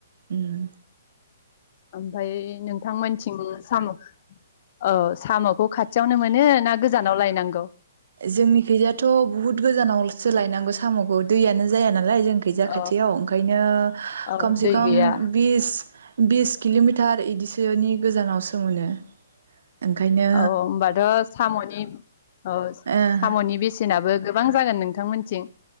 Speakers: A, on the right; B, on the left.
A: उम
B: ओमफ्राय नोंथांमोनथिं साम' औ। साम'खौ खाथियावनो मोनो ना। गोजानाव लायनांगौ।
A: जोंनि खैजायथ' बुहुत गोजानाव। सोलायनांगौ साम'खौ दैयानो जाया ना। लाय जों खैजा
B: अ
A: खाथियाव ओंखायनो
B: औ
A: खोमसे
B: दै
A: खोम
B: गैया
A: बिस बिस किल'मिटार इदिसोनि गोजानावसो मोनो। ओंखायनो
B: औ-औ होमबाथ' साम'नि। अ
A: ओ
B: साम'नि बेसेनाबो। गोबां जागोन नोंथांमोनथिं।